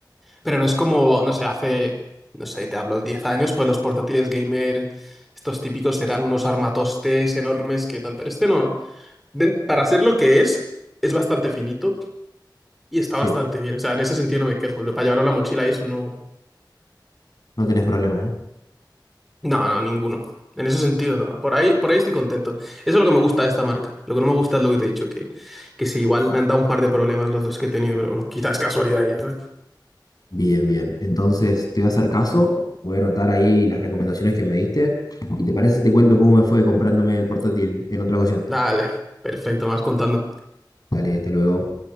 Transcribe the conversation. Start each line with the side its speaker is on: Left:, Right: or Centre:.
Centre: Pero no es como, no sé, hace, no sé, te hablo, 10 años, pues los portátiles gamer, estos típicos eran unos armatostes enormes que tal, pero este no. Den- para ser lo que es, es bastante finito y está
Left: Sí.
Centre: bastante bien. O sea, en ese sentido no me quejo. Para llevarlo en la mochila y eso no.
Left: No tenés problema, ¿no?
Centre: No, no, ninguno. En ese sentido no. Por ahí, por ahí estoy contento. Eso es lo que me gusta de esta marca. Lo que no me gusta es lo que te he dicho, que, que sí, igual me han dado un par de problemas los dos que he tenido, pero bueno, quizás casualidad. y ya, ¿sabes?
Left: Bien, bien. Entonces, te voy a hacer caso, voy a anotar ahí las recomendaciones que me diste. ¿Y te parece si te cuento cómo me fue comprándome el portátil en otra ocasión?
Centre: Dale, perfecto, me vas contando.
Left: Dale, hasta luego.